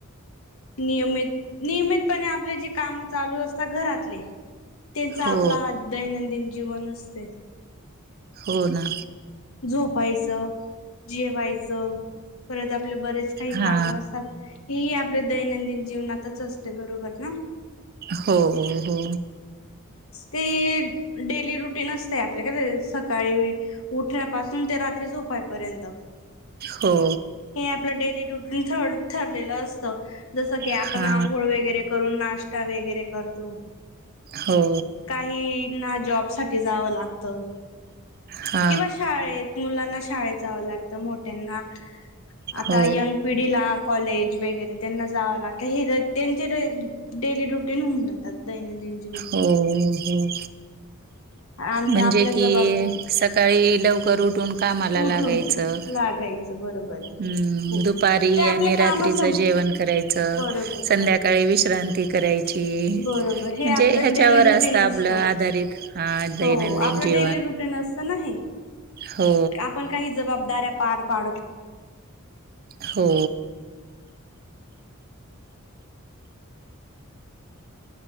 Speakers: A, on the left (about 70°); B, on the right (about 45°).
A: नियमित नियमितपणे आपले जे काम चालू असतात घरातले. त्यांचा
B: हो
A: आपला हा दैनंदिन जीवन असते.
B: हो ना.
A: झोपायचं जेवायचं परत आप आपले बरेच काही
B: हा
A: काम असतात हे ह आपले दैनंदिन जीवनातच असते बरोबर ना.
B: हो हो हो.
A: ते डेली रुटीन असते आपल्या कनाय सकाळी उठण्या पासून ते रा रात्री झोपाईपर्यंत.
B: हो
A: हे आपलं डेली रुटीन ठ ठरलेलं असत. जसं की,
B: हा
A: आपण आंघोळ वगैरे करून नाश्ता वगैरे करतो
B: हो
A: काही ना जॉब साठी जावं लागत.
B: हा
A: किंवा शाळेत मुलांना शी शाळेत जावं लागत मोठ्यांना आता
B: हो
A: यंग. पिढीला कॉलेज. वगैरे त्यांना जावं लागतं ही र त्यांची डेली रुटीन होऊन जातात दैनंदिननि.
B: हो हो.
A: आणि
B: म्हणजे
A: आपल्या जबाब
B: कि, सकाळी लवकर उठून. कामाला
A: उठून
B: लागायचं.
A: लागायचं बरोबर
B: हम्म
A: हो
B: दुपारी
A: ते आपल्या
B: आणि रात्रीचं
A: काम सं
B: जेवण करायचं
A: बरोबर
B: संध्याकाळी
A: बरोबर
B: विश्रांती. करायची
A: बरोबर हे
B: म्हणजे
A: आपलं
B: हच्यावर
A: डेली रुटीन
B: अस आप
A: असतं
B: आधिरी दैनंदिन
A: हो आपलं
B: जीवन.
A: डेली रुटीन असत ना हे.
B: हो
A: आपण काही जबाबदाऱ्या पार पाडतो.
B: हो.